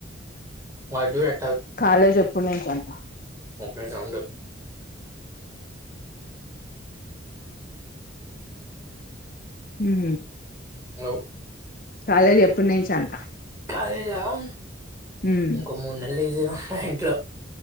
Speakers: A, on the right (about 15°); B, on the left (about 45°).
A: వాడ్ చూడు ఎ
B: కాలేజ్ ఎప్పుడు నుంచి అంటున్న,
A: సప్పుడేక ఉండు,
B: హూ
A: హలో
B: కాలేజ్ ఎప్పటి నుంచి అంట
A: అదే జవా
B: ఉమ్
A: ఇంకో మూడు నెలలు ఈజీగా <unintelligible>